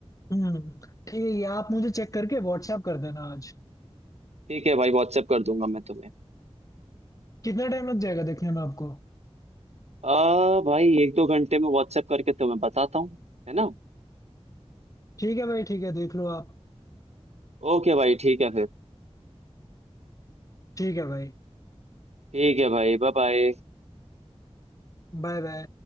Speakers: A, on the left; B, on the right.
A: हम्म ठीक है ये आप मुझे चेक करके व्हाट्सएप कर देना आज
B: ठीक है भाई व्हाट्सएप कर दूंगा मैं तुम्हें
A: कितना टाइम लग जाएगा देखने में आपको
B: आ भाई एक दो घंटे में व्हाट्सएप करके तुम्हें बताता हूँ है ना
A: ठीक है भाई ठीक है देख लो आप
B: ओके भाई ठीक है फिर
A: ठीक है भाई
B: ठीक है भाई बाय बाय
A: Bye bye